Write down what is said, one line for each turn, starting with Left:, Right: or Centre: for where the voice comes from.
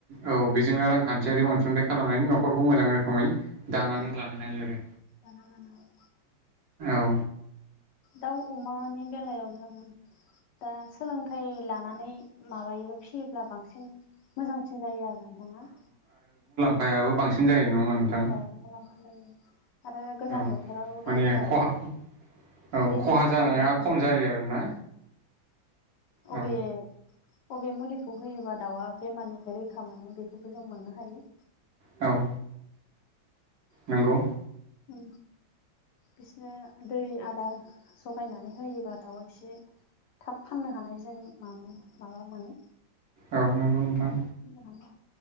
Right: औ बेजोंनो रांखान्थियारि अनसुंथाइ खालामनानै न'खरखौ मोजां रोखोमै दानानै
Left: उम
Right: लानो हायो आरो
Left: दाना लानो हायो
Right: औ
Left: दाउ अमानि बेलायाव जों दा सोलोंथाइ लानानै माबायोबा फिसियोब्ला बांसिन बांसिन मोजांसिन जायो आरो नोंथाङा
Right: फायाबो बांसिन जायो नङा होमबा नोंथां
Left: औ मुलाम्फा जायो आरो गोजां
Right: औ
Left: बोथोराव
Right: माने
Left: दाउफोराबो
Right: खहा औ
Left: बेमार
Right: खहा जानाया
Left: जाबाथाय
Right: खम जायो आरोना
Left: अ
Right: औ
Left: बे बबे मुलिखौ होयोबा दाउआ बेमारनिफ्राय रैखा मोनो बेखौबो जों मोननो हायो
Right: औ नंगौ
Left: अ बिसनो दै आदार जगायनानै होयोबा दाउआ एसे थाब फाननो हानाय जों मानो माबा मोनो
Right: औ नंगौ नोंथां
Left: फाननो हानाय